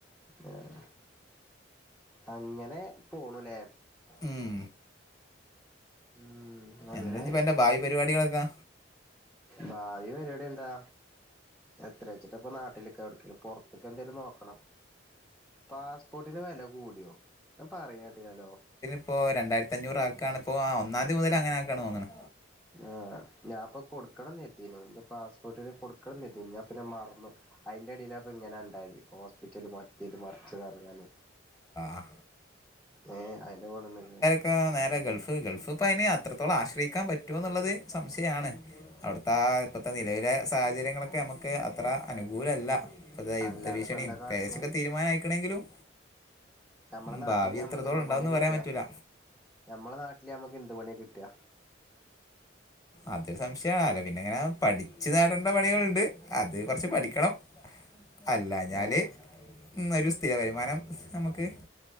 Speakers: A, in the centre; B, on the left.
A: ഉം അങ്ങനെപോണുലെ
B: ഉം
A: ഉം അങ്ങനെ
B: എന്താഞ്ഞിപ്പന്റെ ഭാവി പരിപാടികളൊക്കാ
A: ഭാവി പര്പാടിഎന്താ എത്രേച്ചിട്ടാപ്പ നാട്ടില്ക്കാ എവിട്ക്കേ പൊറത്ത്ക്കെന്തേലും നോക്കണം പാസ്പോട്ടിന് വെല കൂടിയോ അപറീണേ കേട്ടിനല്ലോ
B: ഇപ്പോ രണ്ടായിരത്തഞ്ഞൂറ് ആക്കാണ്പ്പോ ആഹ് ഒന്നാന്തി മുതല് അങ്ങനാക്കാണ് തോന്ന്ണ്
A: ആഹാ ഞാപ്പൊ കൊടുക്കണന്നെരുതീന്നു ഇൻ്റെ പാസ്പോർട്ടിന് കൊടുക്കണന്നെര്തീന്നു ഞാൻ പിന്നെ മറന്നു അയിന്റെടീലാപ്പോങ്ങനണ്ടായത് ഹോസ്പിറ്റല് പോ റ്റേത് മറിച്ചതറകഞ്ഞ്ങ്ങാന്
B: ആ
A: ഏഹ് അയിന്റെ കൂടന്ന്ട്ട്
B: ഇപ്പാ നേരെ ഗൾഫ് ഗൾഫ് ഇപ്പഅയിന് അത്രത്തോള ആശ്രയിക്കാപറ്റോന്നുള്ളത് സംശയാണ് അവിടുത്താ ഇപ്പത്തെ നിലവിലെ സാഹചര്യങ്ങളൊക്കെ നമ്മുക്ക് അത്ര അനുകൂലല്ല അതാ യുദ്ധ
A: അല്ലാതെ
B: ഭീഷണീം
A: ഇപ്പ എന്താ കാട്ടണു
B: ഏശൊക്കെ തീരുമാനായിക്ക്ണങ്കിലും
A: ഞമ്മളെ
B: ഉം
A: നാട്ടില്
B: ഭാവി
A: ഞമ്മക്ക്
B: ന്നോളണ്ടാവുന്ന്
A: എന്ത് പണിയാ കിട്ടുക
B: പറയാപറ്റൂല്ല
A: ഞമ്മളെ നാട്ടില് ഞമ്മക്കെന്ത് പണിയാകിട്ടാ
B: അത് സംശയാ അത് പിന്നെങ്ങനാ പഠിച്ചു നേടണ്ട പണികള്ണ്ട് അത് കൊറച്ച് പഠിക്കണം ഹാ അല്ലാഞാല്ഉം
A: ഏഹ്
B: ഒരു സ്ഥിരവരുമാനം നമുക്ക്